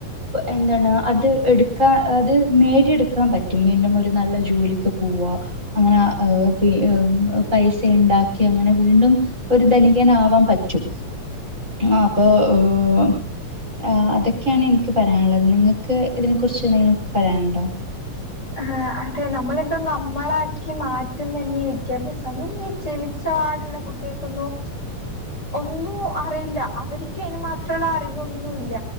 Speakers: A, on the right; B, on the left.
A: എന്താണ് അത് എട് ക്ക അത് നേടിയെടുക്കാൻ പറ്റും വീണ്ടും ഒരു നല്ല ജോലിക്ക് പോവാ അങ്ങനെ ആഹ് പൈസഇണ്ടാക്കി അങ്ങനെ വീണ്ടും ഒരു ധനികനാവാൻ പറ്റും ആഹ് അപ്പോ ഹ് ആഹ് അതൊക്കെയാണ് എനിക്ക് പറയാന്ള്ളത് നിങ്ങക്ക് ഇതിനെ കുറിച്ച് എന്തെങ്കിലും പറയാന്ണ്ടോ
B: ആഹ് അതെ നമ്മളെന്തോ നമ്മളാക്കി മാറ്റുന്നന്നെ ഈ വിദ്യാഭ്യാസ ഈ ജനിച്ചാട്ള്ള കുട്ട്യേക്കൊന്നു ഒന്നൂ അറിയില്ല അവര്ക്ക് അയിന് മാത്രള്ള അറിവൊന്നുല്ല